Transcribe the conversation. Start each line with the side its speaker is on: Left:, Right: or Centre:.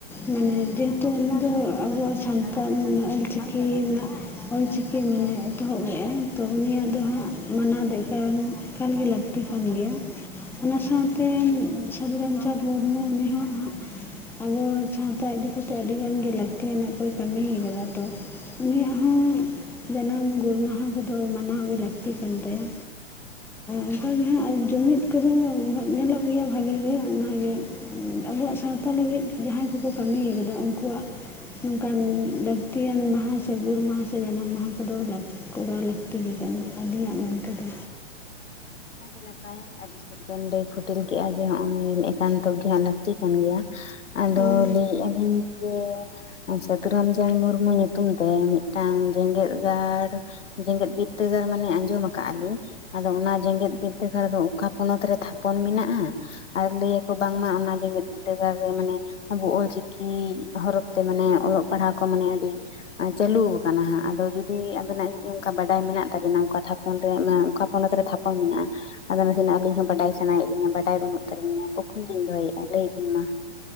Centre: ᱢᱟᱱᱮ ᱡᱮᱦᱮᱛᱩ ᱚᱱᱟ ᱫᱚ ᱟᱵᱚ ᱥᱟᱱᱛᱟᱲ ᱢᱟᱱᱮ ᱚᱞᱪᱤᱠᱤ ᱨᱮᱱᱟᱜ ᱚᱞᱪᱤᱠᱤ ᱢᱟᱱᱮ ᱮᱛᱚᱦᱚᱵ ᱞᱮᱜᱼᱟᱭ ᱛᱚ ᱩᱱᱤᱭᱟᱜ ᱫᱚ ᱦᱟᱸᱜ ᱢᱟᱱᱟᱣ ᱛᱮᱜᱮ ᱮᱠᱟᱞ ᱜᱮ ᱞᱟᱹᱠᱛᱤ ᱠᱟᱱ ᱜᱮᱭᱟ᱾ ᱚᱱᱟ ᱥᱟᱶᱛᱮ ᱥᱟᱹᱫᱷᱩ ᱨᱟᱢᱪᱟᱸᱫᱽ ᱢᱩᱨᱢᱩ ᱩᱱᱤ ᱦᱟᱸᱜ, ᱦᱚᱸ ᱟᱵᱚ ᱥᱟᱶᱛᱟ ᱤᱫᱤ ᱠᱟᱛᱮᱜ ᱟᱹᱰᱤ ᱜᱟᱱᱜᱮ ᱞᱟᱹᱠᱛᱤᱭᱟᱱᱟᱜ ᱠᱚ ᱠᱟᱹᱢᱤᱭ ᱟᱠᱟᱫᱟ ᱛᱚ᱾ ᱩᱱᱤ ᱭᱟᱜ ᱦᱚᱸ ᱡᱟᱱᱟᱢ, ᱜᱩᱨᱢᱟᱦᱟ ᱠᱚᱫᱚ ᱢᱟᱱᱟᱣ ᱜᱮ ᱞᱟᱹᱠᱛᱤ ᱠᱟᱱ ᱛᱟᱭᱟ᱾ ᱚᱱᱠᱟᱜᱮ ᱦᱟᱸᱜ ᱟᱨ ᱡᱩᱢᱤᱫ ᱠᱚᱫᱚ ᱧᱮᱞᱚᱜ ᱜᱮᱭᱟ ᱵᱷᱟᱜᱤ ᱜᱮ ᱚᱱᱟᱜᱮ᱾ ᱟᱵᱚᱣᱟᱜ ᱥᱟᱶᱛᱟ ᱞᱟᱹᱜᱤᱫ, ᱡᱟᱦᱟᱸᱭ ᱠᱚᱠᱚ ᱠᱟᱹᱢᱤᱭ ᱠᱟᱫᱟ ᱩᱱᱠᱩᱣᱟᱜ ᱱᱚᱝᱠᱟᱱ ᱞᱟᱹᱠᱛᱤᱭᱟᱱ ᱢᱟᱦᱟ ᱥᱮ ᱜᱩᱨ ᱢᱟᱦᱟ ᱥᱮ ᱡᱟᱱᱟᱢ ᱢᱟᱦᱟ ᱠᱚᱫᱚ ᱠᱚᱨᱟᱣ ᱞᱟᱹᱠᱛᱤ ᱜᱮ ᱠᱟᱱᱟ, ᱟᱹᱞᱤᱧᱟᱜ ᱢᱮᱱ ᱛᱮᱫᱚ᱾
Left: ᱟᱹᱰᱤ ᱱᱟᱯᱟᱭ ᱟᱹᱰᱤ ᱡᱷᱚᱠ ᱵᱤᱱ ᱞᱮᱭ ᱯᱷᱩᱴᱤᱞ ᱠᱮᱫᱮᱜᱼᱟ, ᱡᱮ ᱱᱚᱜᱼᱚᱭ ᱮᱠᱟᱱᱛᱚ ᱜᱮ ᱦᱟᱸᱜ ᱞᱟᱹᱠᱛᱤ ᱠᱟᱱ ᱜᱮᱭᱟ᱾ ᱟᱫᱚ
Centre: ᱦᱳᱭ
Left: ᱞᱟᱹᱭᱮᱫᱼᱟ ᱞᱤᱧ ᱡᱮ ᱥᱟᱹᱫᱷᱩ ᱨᱟᱢᱪᱟᱸᱫᱽ ᱢᱩᱨᱢᱩ ᱧᱩᱛᱩᱢ ᱛᱮ ᱢᱤᱫᱴᱟᱝ ᱡᱮᱜᱮᱛ ᱜᱟᱲ ᱡᱮᱜᱮᱛ ᱵᱤᱫᱽᱫᱟᱹᱜᱟᱲ ᱢᱟᱱᱮ ᱟᱸᱡᱚᱢ ᱠᱟᱜᱼᱟ ᱞᱤᱧ ᱟᱫᱚ ᱚᱱᱟ ᱡᱮᱜᱮᱛ ᱵᱤᱨᱫᱟᱹᱜᱟᱲ ᱫᱚ ᱚᱠᱟ ᱯᱚᱱᱚᱛ ᱨᱮ ᱛᱷᱟᱯᱚᱱ ᱢᱮᱱᱟᱜᱼᱟ ᱟᱨ ᱞᱟᱹᱭᱟᱠᱚ ᱵᱟᱝᱢᱟ ᱚᱱᱟ ᱡᱮᱜᱮᱛ ᱵᱤᱫᱽᱫᱟᱹᱜᱟᱲ ᱨᱮ ᱢᱟᱱᱮ ᱟᱵᱚ ᱚᱞᱪᱤᱠᱤ ᱦᱚᱨᱚᱯ ᱛᱮ ᱢᱟᱱᱮ ᱚᱞᱚᱜ ᱯᱟᱲᱦᱟᱜ ᱠᱚ ᱢᱟᱱᱮ ᱟᱹᱰᱤ ᱪᱟᱹᱞᱩ ᱠᱟᱱᱟ ᱦᱟᱸᱜ ᱟᱫᱚ ᱡᱩᱫᱤ ᱟᱵᱮᱱᱟᱜ ᱚᱱᱠᱟ ᱵᱟᱰᱟᱭ ᱢᱮᱱᱟᱜ ᱛᱟᱵᱮᱱᱟ ᱚᱠᱟ ᱛᱷᱟᱯᱚᱱ ᱨᱮ ᱚᱠᱟ ᱯᱚᱱᱚᱛ ᱨᱮ ᱛᱷᱟ ᱯᱚᱱ ᱢᱮᱱᱟᱜ ᱟ ᱟᱫᱚ ᱱᱟᱥᱮᱱᱟᱜ ᱟᱹᱞᱤᱧ ᱦᱚᱸ ᱵᱟᱰᱟᱭ ᱥᱟᱱᱟᱭᱮᱫ ᱞᱤᱧᱟᱹ ᱵᱟᱰᱟᱭ ᱵᱟᱹᱱᱩᱜ ᱛᱟᱹᱞᱤᱧᱟ ᱠᱩᱠᱞᱤ ᱞᱤᱧ ᱫᱚᱦᱚᱭᱮᱫᱼᱟ ᱞᱟᱹᱭᱵᱤᱱ ᱢᱟ